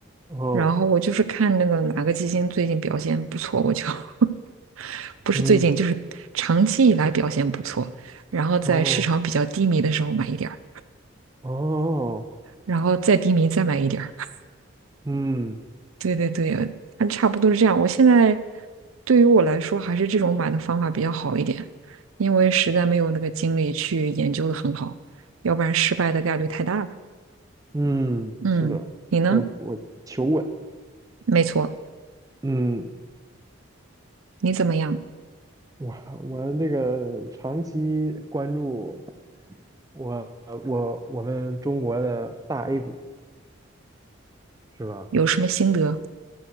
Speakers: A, on the right; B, on the right.
A: 哦，
B: 然后我就是看那个哪个基金最近表现不错，我就 <laughs> 不是最近，
A: 嗯，
B: 就是长期以来表现不错，然后在市场比较低迷的时候买一点儿，
A: 哦，哦，
B: 然后再低迷再买一点儿。<laughs>
A: 嗯
B: 对对对，它差不多是这样。我现在对于我来说，还是这种买的方法比较好一点，因为实在没有那个精力去研究的很好，要不然失败的概率太大了。
A: 嗯，
B: 嗯，
A: 是的，
B: 你呢？
A: 在我求稳。
B: 没错，
A: 嗯
B: 你怎么样？
A: 我我这个长期关注我我我们中国的大 A 股是吧？
B: 有什么心得？